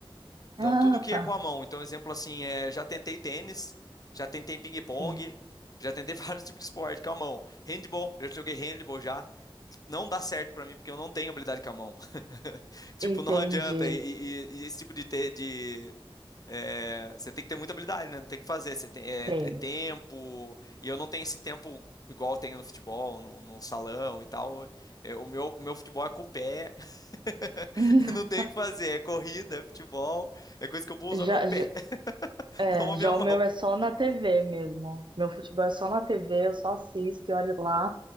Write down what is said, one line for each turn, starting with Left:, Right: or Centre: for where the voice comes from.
Left: Então,
Right: Ah,
Left: tudo que
Right: tá.
Left: é com a mão. Então, um exemplo assim, é, já tentei tênis, já tentei ping-pong,
Right: Sim,
Left: já tentei <laughs> vários tipos de esporte com a mão. Handball, já joguei handball já. Não dá certo pra mim, porque eu não tenho habilidade com a mão. <laughs> Tipo,
Right: entendi.
Left: não adianta. E, e- e esse tipo de, te- de, é, você tem que ter muita habilidade, né? Não tem o que fazer. Você tem, é,
Right: Tem.
Left: é tempo. E eu não tenho esse tempo igual eu tenho no futebol, no, no salão e tal. É, o meu, meu futebol é com o pé. <laughs>
Right: <laughs>
Left: Não tem o que fazer. É corrida, é futebol. É coisa que eu vou usar
Right: Já,
Left: meu pé,
Right: já,
Left: <laughs>
Right: é,
Left: não a minha
Right: já
Left: mão.
Right: o meu é só na TV mesmo. Meu futebol é só na TV, eu só assisto e olho lá.